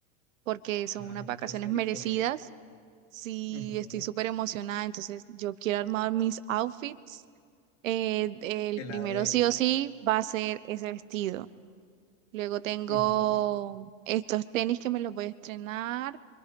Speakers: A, on the right; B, on the left.
A: porque son
B: Ah,
A: unas
B: no,
A: vacaciones
B: entonces ahí
A: merecidas.
B: fue.
A: Sí,
B: Ujú.
A: estoy súper emocionada, entonces yo quiero armar mis outfits. Eh, el
B: Que
A: primero
B: la den.
A: sí o sí va a ser ese vestido. Luego tengo
B: Ujú.
A: estos tenis que me los voy a estrenar